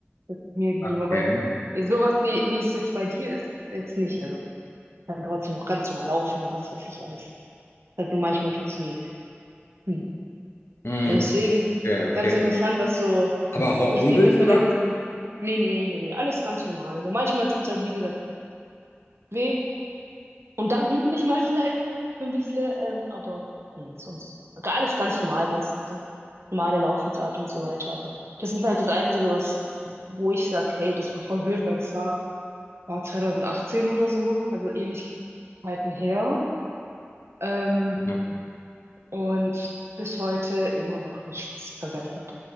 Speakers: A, on the right (about 70°); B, on the left (about 75°).
A: ist mir geblieben.
B: Okay.
A: Aber sowas wie, wie es jetzt bei dir ist, jetzt nicht. Also kann trotzdem noch ganz normal laufen und was weiß ich alles. Halt nur manchmal tut's weh. Hm.
B: Mhm.
A: Deswegen
B: Okay, okay.
A: ganz interessant, was so
B: Aber hu-
A: verschiedene
B: humpelst
A: Verletzungen.
B: du dann?
A: Nee, nee, nee, nee, alles ganz normal. Nur manchmal tut's halt, wie gesagt, weh. Und dann humpel ich mal <laughs> vielleicht so ein bisschen, ähm, aber nee, sonst. Alles ganz normal, ganz, ganz normale Laufensart und so weiter. Aber das ist halt das Einzige, was, wo ich sag, hey, das war voll blöd, weil das war, war 2018 oder so, also Ewigkeiten her. Ähm,
B: Mhm.
A: und bis heute immer noch nichts verbessert.